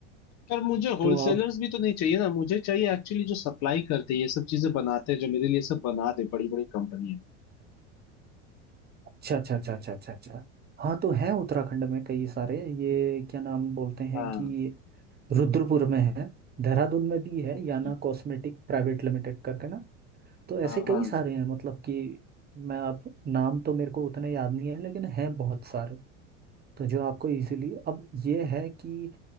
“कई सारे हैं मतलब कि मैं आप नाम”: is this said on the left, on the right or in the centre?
Right